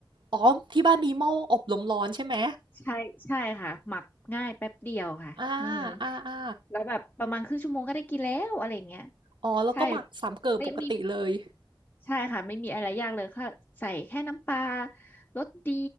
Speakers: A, on the right; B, on the left.
A: อ๋อที่บ้านมีหม้ออบลมร้อนใช่ไหม
B: ใช่ใช่ค่ะหมักง่ายแป๊บเดียวค่ะอืม
A: อ่าอ่าอ่า
B: แล้วแบบประมาณครึ่งชั่วโมงก็ได้กินแล้วอะไรอย่างเงี้ย
A: อ๋อแล้วก็หมักสามเก๋อปกติเลย
B: ใช่ไม่มี ใช่ค่ะไม่มีอะไรยากเลยค่ะใส่แค่น้ำปลารสดี